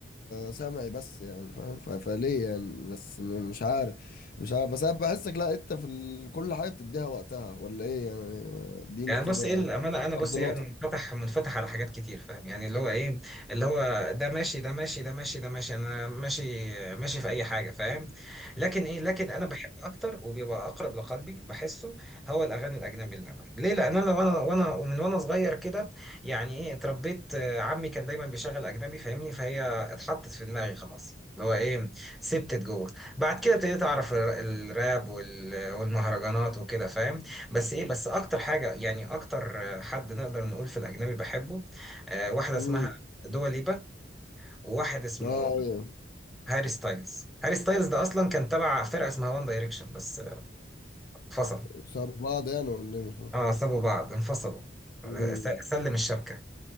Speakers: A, on the left; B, in the centre.
A: سمعي بس يعني فاهم ف- فليه يعني بس م- مش عارف مش عارف بس انا بحسك لا انت في ال... كل حاجه بتديها وقتها ولا ايه يعني اديني
B: يعني
A: كده
B: بص ايه الامانه انا بص
A: تفضيلاتك
B: ايه أنا منفتح منفتح على حاجات كتير فاهم يعني اللي هو ايه اللي هو ده ماشي ده ماشي ده ماشي ده ماشي انا ماشي ماشي في اي حاجه فاهم لكن ايه لكن انا بحب اكتر وبيبقى اقرب لقلبي بحسه هو الاغاني الاجنبي للامانه ليه لان انا وانا وانا ومن وانا صغير كده يعني ايه اتربيت آه، عمي كان دايما بيشغل اجنبي فاهمني فهي اتحطت في دماغي خلاص اللي هو ايه سبتت جوه بعد كده ابتديت اعرف الراب وال- والمهرجانات وكده فاهم بس ايه بس اكتر حاجه يعني اكتر آه، حد نقدر نقول في الاجنبي بحبه آه، واحده اسمها
A: امم
B: دوا ليبا وواحد اسمه
A: اه ايوه
B: هاري ستايلز هاري ستايلز ده اصلا كان تبع فرقه اسمها وان دايركشن بس آه، انفصل
A: سابوا بعض يعني ولا إيه؟ مش فاهم
B: اه سابوا بعض انفصلوا آه،
A: مم.
B: س- سلم الشبكه